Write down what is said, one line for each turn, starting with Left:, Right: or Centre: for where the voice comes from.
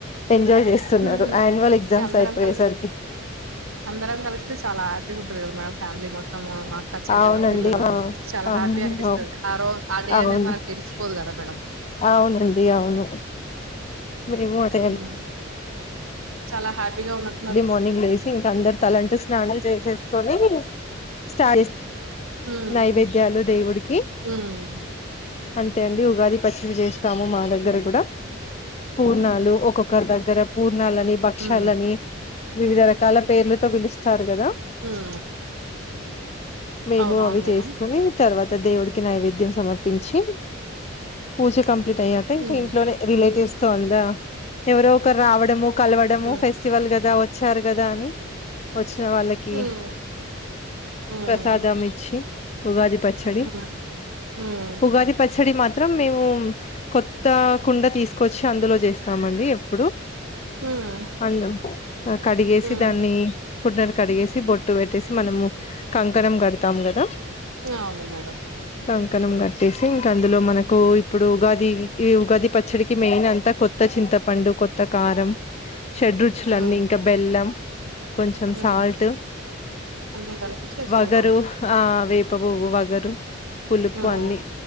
Left: ఎంజాయ్ చేస్తున్నారు
Right: హ్మ్.
Left: యాన్యువల్ ఎగ్జామ్స్
Right: ఇగ అందరం
Left: అయిపోయేసరికి
Right: కలిసి అందరం కలిస్తే చాలా హ్యాపీగా ఉంటుంది కదా మేడం ఫ్యామిలీ మొత్తం అక్క చెల్లెలం
Left: అవునండి
Right: పిల్లల
Left: ఆ
Right: చాలా
Left: అవును
Right: హ్యాపీ అనిపిస్తుంది
Left: అవు-
Right: ఆ రోజు ఆ డే
Left: అవును
Right: అనేది మనకు తెలిసిపోదు కదా మేడం
Left: అవునండి అవును మీరు ముతేయలి
Right: హ్మ్. చాలా హ్యాపీగా ఉన్న
Left: ఎర్లీ మార్నింగ్ లే ఇంక అందరు తలంటూ స్నానం చేసేసుకొని స్టార్ట్ <unintelligible>
Right: హ్మ్
Left: నైవేద్యాలు దేవుడికి
Right: హ్మ్
Left: అంతే అండి ఉగాది పచ్చడి జేష్ స్తాము మా
Right: హ్మ్
Left: దగ్గర కూడా పూర్ణాలు ఒక్కొక్కరి దగ్గర పూర్ నాల్ అని భక్ష్యాలని
Right: హ్మ్
Left: వివిధ రకాల పేర్లతో పిలుస్తారు కదా
Right: హ్మ్
Left: మేము
Right: అవునవును
Left: అవి
Right: మేడం
Left: చేసుకోని తర్వాత్ త దేవుడికి నైవేద్యం సమర్పించి పూజ కంప్ ప్లీట్ అయ్యాక
Right: హ్మ్
Left: ఇంక ఇంట్లోనే రిలేటివ్స్ తొందా అ ఎవరో ఒకరు రావడము కలవడము
Right: హ్మ్
Left: ఫెస్ట్ వల్ కదా వచ్చారు కదా అని వచ్ వాళ్ళకి
Right: హ్మ్ హ్మ్
Left: ప్రసాదం ఇచ్చి ఉగాది పచ్చడి
Right: హ్మ్ హ్మ్
Left: ఉగాది పస్ పచ్చడి మాత్రం మేము కొత్త కుండ తీసుకొచ్చి అందులో చేస్తామండి ఎప్పుడు
Right: హ్మ్
Left: అందం ఆ కడిగేసి
Right: హ్మ్
Left: దాన్ని కుండను కడిగేసి బొట్టు పెట్టేసి మనము కంకణం కడతాము కదా
Right: అవును మేడం
Left: కంకనం కట్టేసి ఇంకా అందులో మనకు ఇప్పుడు ఉగాది కి ఉగాది పచ్చడికి మెయిన్ అంతా కొత్త చింతపండు కొత్త కారం షడ్ చ్చులన్నీ
Right: హ్మ్
Left: ఇంకా బెల్లం కొంచెం
Right: హ్మ్
Left: సాల్ట్
Right: అన్నీ కలిపి చేసుకుంటాము.
Left: వగరు ఆ వేప పువ్వు వగరు పులుపు
Right: హ్మ్
Left: అన్ని